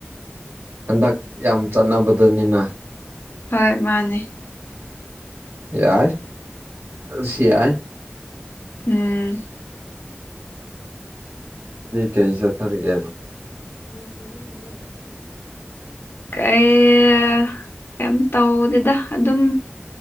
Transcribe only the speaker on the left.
ꯍꯣꯏ ꯃꯥꯅꯦ
ꯎꯝ
ꯎ ꯀꯩ ꯀꯩꯝ ꯇꯧꯗꯦꯗ ꯑꯗꯨꯝ